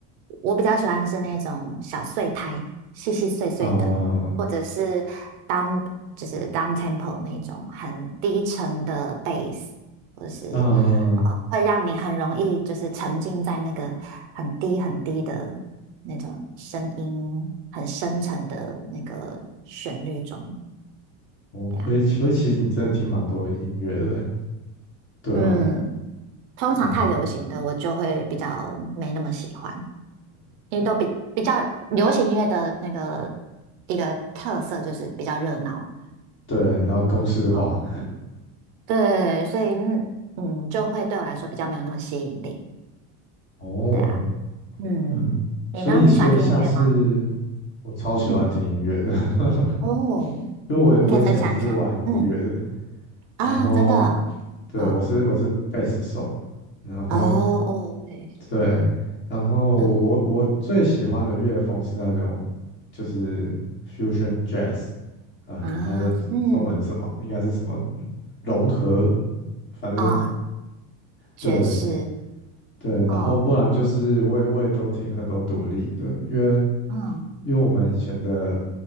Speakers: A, on the right; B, on the left.
A: 我比较喜欢是那种小碎拍，细细碎碎的，
B: 呃，
A: 或者是 down 就是 down tempo 那种很低沉的 bass，或者是哦，
B: 嗯，
A: 会让你很容易就是沉浸在那个很低很低的那种声音，很深沉的那个旋律中。
B: 哦，
A: 对啊，
B: 所以，所以其实你真的听蛮多音乐的耶，对啊，
A: 嗯，通常太流行的我就会比较没那么喜欢，
B: 嗯，
A: 因为都比比较流行音乐的那个一个特色就是比较热闹，
B: 对，然后公式化，
A: 嗯，对，所以嗯，嗯就会对我来说比较没有那么吸引力。
B: 哦，
A: 对啊，嗯，
B: 很所以，
A: 你呢？
B: 所以像是
A: 你喜欢听音乐吗？
B: 我超喜欢听音乐的，
A: 嗯。
B: <laughs>
A: 哦，
B: 因为我我以前是玩音乐的，
A: 你可以分享一下，嗯啊，
B: 然后
A: 真的，
B: 对我是我是贝斯手，
A: 嗯，
B: 然后
A: 哦，OK，
B: 对，然后我我最喜欢的乐风是那种
A: 嗯
B: 就是 fusion jazz 啊，
A: 啊，
B: 它的中文是什么？
A: 嗯
B: 应该是什么融合，反正
A: 啊，爵士，
B: 对，对，然后不然就是我也我也都听很多独立的，
A: 哦，
B: 因为
A: 嗯
B: 因为我们以前的